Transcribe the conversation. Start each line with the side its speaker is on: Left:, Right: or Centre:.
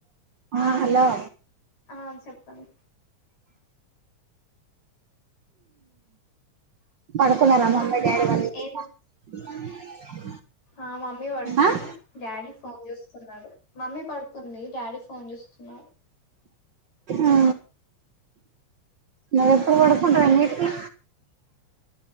Right: ఆ హలో
Left: ఆ చెప్పండి
Right: పడుకున్నరా మామ్మి డాడి వాళ్ళు
Left: ఏం
Right: <unintelligible>
Left: ఆ మమ్మి వడుకుంది
Right: ఆ
Left: డాడీ ఫోన్ జూస్ ఉన్నాడు మమ్మీ పడుకుంది డాడీ ఫోన్ జూస్తున్నారు
Right: ఆ నువ్ ఎప్పుడు వడకుంటవ్ ఎన్నిటికి